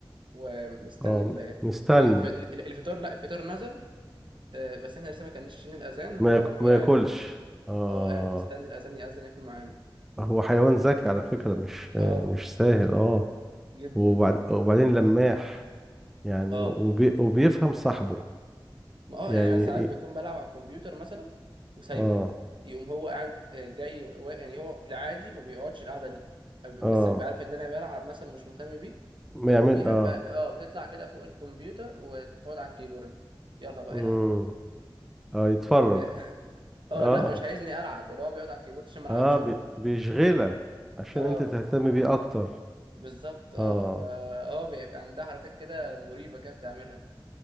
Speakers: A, on the right; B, in the centre.
A: ومستني
B: اه
A: ال
B: مستني
A: يعني الف- ال- الفطار لا الفطار نزل آه، بس احنا لسه ما كناش عشان الأذان هو
B: ما ياك-
A: برضو
B: ما
A: قاعد
B: ياكلش اه
A: اه قاعد مستني الاذان ياذن ياكل معانا
B: هو حيوان ذكي على فكرة مش آه
A: اه
B: مش سهل اه
A: جدا
B: وبعد وبعدين لماح يعني
A: اه
B: وبي وبيفهم صاحبه
A: ما اه
B: يعني
A: يعني انا ساعات
B: ي-
A: بكون بلعب على الكمبيوتر مثلا وسايبه
B: اه
A: يقوم هو قاعد آه، جاي و... يعني هو في العادي ما بيقعدش القعده دي آه، ب-
B: اه
A: بس بيبقى عارف ان انا بلعب مثلا ومش مهتم بيه
B: ما
A: آه،
B: يعمل
A: بيها
B: اه
A: فا اه بتطلع كده فوق الكمبيوتر وتقعد على الكيبورد يلا بقى
B: امم
A: العب
B: اه يتفرج
A: <laughs> اه
B: اه
A: لا مش عايزني العب اللي هو بيقعد على الكيبورد عشان ما العبش
B: اه
A: انا
B: بي بيشغلك عشان
A: اه
B: انت تهتم بيه اكتر
A: بالظبط اه
B: اه
A: فهو بيبقى عندها حركات كده مريبه كده بتعملها